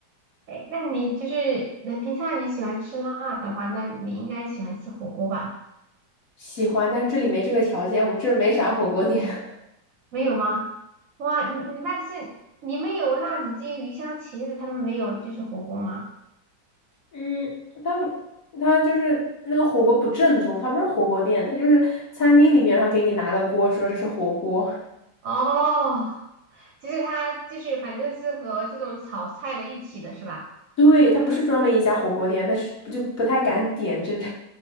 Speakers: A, on the right (about 60°); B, on the left (about 50°).
A: 哎，那你就是那平常你喜欢吃辣的话，那你应该喜欢吃火锅吧？
B: 喜欢，但是这里没这个条件，我们这儿没啥火锅店。
A: 没有吗？哇，你你但是你们有辣子鸡、鱼香茄子，他们没有就是火锅吗？
B: 嗯，但他就是那个火锅不正宗，他不是火锅店，他就是餐厅里面，然后给你拿个锅，说这是火锅。
A: 哦，就是它就是反正是和这种炒菜的一起的是吧？
B: 对，他不是专门一家火锅店，那是不就不太敢点这这